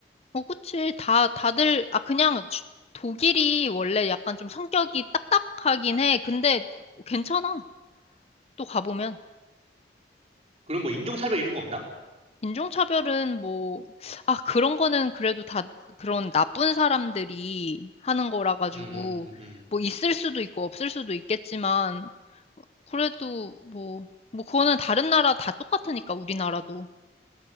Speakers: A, on the left (about 35°); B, on the right (about 35°).
A: 어, 그치. 다, 다들, 아, 그냥 주- 독일이 원래 약간 좀 성격이 딱딱하긴 해. 근데 괜찮아. 또 가보면.
B: 그럼 뭐 인종차별 이런 거 없나?
A: 인종차별은 뭐, 아, 그런 거는 그래도 다 그런 나쁜 사람들이 하는 거라 가지고,
B: 음, 음, 음,
A: 뭐 있을 수도 있고 없을 수도 있겠지만, 그래도 뭐, 뭐 그거는 다른 나라 다 똑같으니까, 우리나라도.